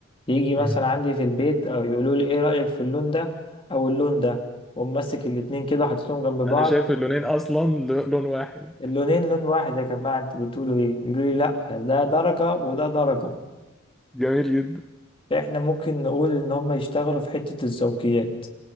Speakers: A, on the left; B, in the centre.
A: يجي مثلا
B: مم.
A: عندي في البيت او يقولوا لي ايه رأيك في اللون ده او اللون ده ومسك الاتنين كده حطيتهم جنب بعض
B: انا شايف اللونين اصلا ل- لون واحد
A: اللونين لون واحد يا جماعة انتوا بتقولوا ايه يقولوا لي لا ده درجة وده درجة
B: جميل جدا
A: احنا ممكن نقول ان هم يشتغلوا في حتة الذوقيات